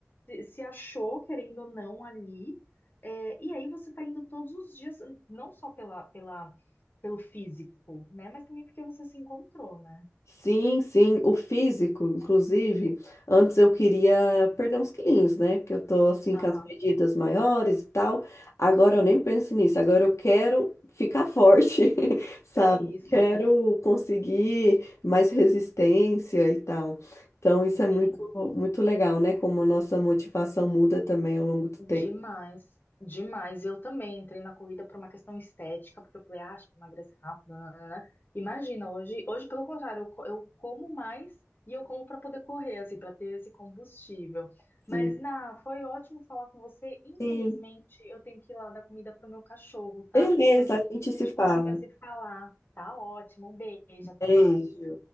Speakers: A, on the left; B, on the left.
A: se se achou, querendo ou não, ali, é, e aí você tá indo todos os dias, não só pela, pela pelo físico, né? Mas também porque você se encontrou, né?
B: Sim, sim, o físico, inclusive, antes eu queria perder uns quilinhos, né? Porque eu tô assim
A: Aham,
B: com as medidas maiores e tal. Agora eu nem penso nisso, agora eu quero ficar forte, <laughs> sabe?
A: é isso.
B: Quero conseguir mais resistência e tal. Então isso é muito,
A: Sim,
B: muito legal, né? Como a nossa motivação muda também ao longo do
A: demais,
B: tempo.
A: demais. Eu também entrei na corrida por uma questão estética, porque eu falei, ah, acho que emagrece rápido, nananana. Imagina, hoje, hoje pelo contrário, eu, co- eu como mais e eu como para poder correr, assim, para ter esse combustível. Mas,
B: Sim.
A: na, foi ótimo falar com você. Infelizmente,
B: Sim.
A: eu tenho que ir lá dar comida para o meu cachorro, tá?
B: Beleza,
A: Mas
B: a gente se
A: a gente
B: fala.
A: consiga se falar. Tá ótimo, um beijo, até
B: Beijo.
A: mais.